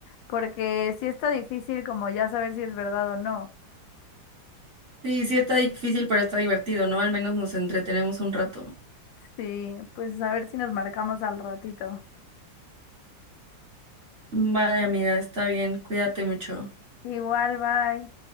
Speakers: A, on the left; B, on the right.
A: porque sí está difícil como ya saber si es verdad o no.
B: Sí, sí está difícil, pero está divertido, ¿no? Al menos nos entretenemos un rato.
A: Sí, pues a ver si nos marcamos al ratito.
B: Vale, amiga, está bien, cuídate mucho.
A: Igual, bye.